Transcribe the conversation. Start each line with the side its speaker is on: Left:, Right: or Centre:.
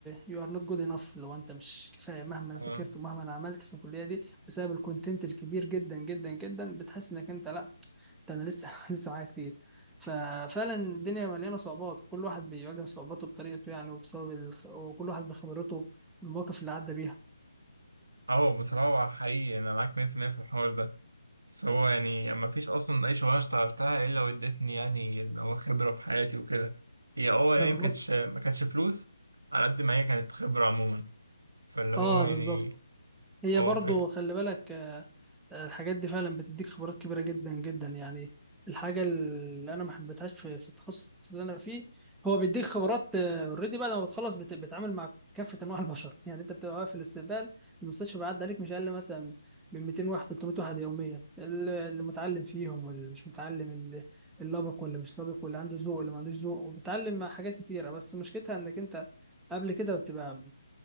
Centre: يو ار نوت جود انف لو انت مش كفايه مهما ذاكرت
Right: اه
Centre: ومهما عملت في الكليه دي بسبب الكونتنت الكبير جدا جدا جدا بتحس انك انت لا ده انا لسه <laughs> لسه معايا كتير ففعلا الدنيا مليانه صعوبات كل واحد بيواجه صعوباته بطريقته يعني وبسبب ال... وكل واحد بخبرته المواقف اللي عدى بيها
Right: اه بصراحه هو حقيقي انا معاك 100% في المية في الحوار ده بس هو يعني ما فيش اصلا اي شغلانه اشتغلتها الا وادتني يعني اللي هو خبره في حياتي وكده هي اه يعني
Centre: بالظبط
Right: ما كانتش ما كانتش فلوس على قد ما هي كانت خبره عموما فاللي هو
Centre: اه
Right: يعني
Centre: بالظبط هي
Right: اه
Centre: برضو
Right: ف...
Centre: خلي بالك آه، آه، الحاجات دي فعلا بتديك خبرات كبيره جدا جدا يعني الحاجه اللي انا ما حبيتهاش في في التخصص اللي انا فيه هو بيديك خبرات اوريدي بعد ما بتخلص بت- بتتعامل مع كافه انواع البشر <laughs> يعني انت بتبقى واقف في الاستقبال المستشفى بيعدي عليك مش اقل مثلا من 200 واحد 300 واحد يوميا اللي اللي متعلم فيهم واللي مش متعلم اللي اللي لابق واللي مش لابق واللي عنده ذوق واللي ما عندوش ذوق وبتتعلم مع حاجات كتيره بس مشكلتها انك انت قبل كده بتبقى